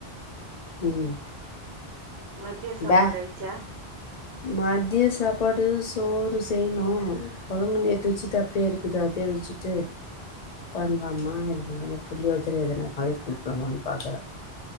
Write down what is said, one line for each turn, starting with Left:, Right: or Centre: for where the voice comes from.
Left: ம்
Right: மதிய சாப்பாடு
Left: பே
Right: ஆயிச்சா
Left: மதிய சாப்பாடு சோறு செய்யணு கொழம்பு நேத்து வச்சது அப்டியே இருக்குது அது அதே வச்சிட்டு பண்லாமா என்னா புளியோதர எதனா கலக்கி குடுக்கலாமான்னு பாக்குற